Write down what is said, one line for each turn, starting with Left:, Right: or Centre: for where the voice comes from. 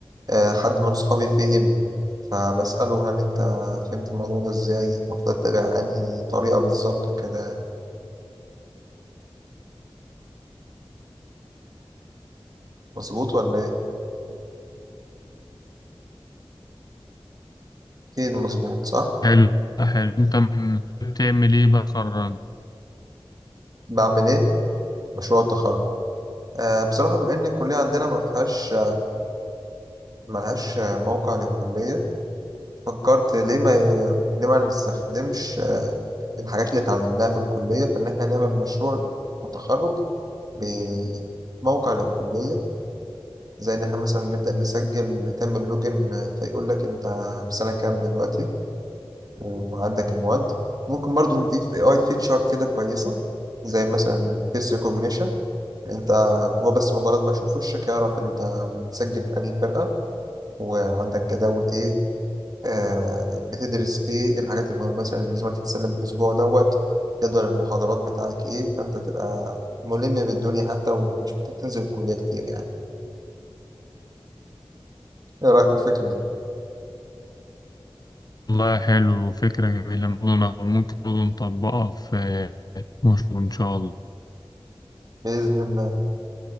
Right: آه، حد من صحابي فهم فبساله هل انت فهمت الموضوع ده ازاي المفروض اتبع انهي طريقه بالظبط وكده مظبوط ولا ايه اكيد مظبوط صح
Left: حلو حلو انت م- بتعمل ايه بتخرج
Right: بعمل ايه مشروع التخرج أه بصراحه بما ان الكليه عندنا ما فيهاش ملهاش موقع للكليه فكرت ليه ما ي- ليه ما نستخدمش آه، الحاجات اللي اتعلمناها في الكلية في إن إحنا نعمل مشروع تخرج بموقع للكلية زي إن إحنا مثلا نبدأ نسجل تعمل لوجن آه، فيقول لك أنت في سنة كام دلوقتي وعندك المواد ممكن برضو نضيف AI فيتشر كده كويسة زي مثلا فيس ريكوجنيشن أنت هو بس مجرد ما يشوف وشك يعرف أنت متسجل في أنهي فرقة وعندك جداول إيه آه بتدرس ايه ايه الحاجات المهمة مثلا اللي لازم تتسلم الاسبوع دوت جدول المحاضرات بتاعك ايه فانت تبقى ملم بالدنيا حتى ومش محتاج تنزل الكلية كتير يعني ايه رأيك في الفكرة دي
Left: والله حلو فكرة جميلة ممكن ممكن برضه نطبقها في مشروع إن شاء الله
Right: بإذن الله